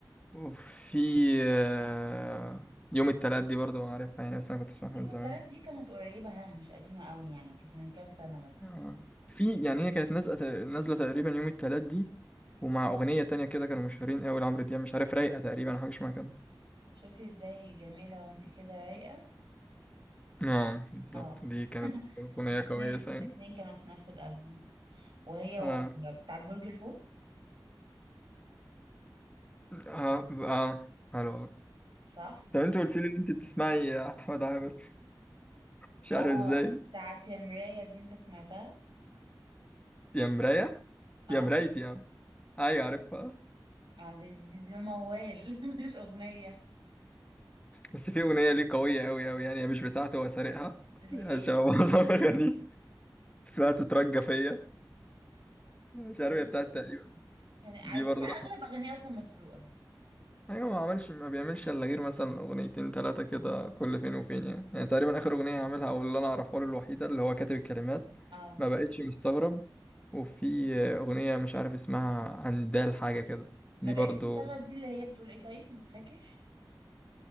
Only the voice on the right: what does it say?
يوم
التلات دي كانت قريبة ها مش قديمة قوي يعني كانت من كام سنة مثلا
شوفي ازاي جميلة وانتي كده رايقة
اه
<laughs>
الاتنين
الاتنين
كانوا في نفس الألبوم وهي و-
بتاعت برج الحوت
صح
اه
بتاعت يا مراية دي انت سمعتها
اه
اه دي, دي, دي, دي موال <laughs> مش أغنية
اللي
هي
ايه
كلمات
كان على
فكرة
أغلب أغانيها أصلا مسروقة
اه
ما
بقتش
مستغرب دي اللي هي بتقول ايه طيب مش فاكر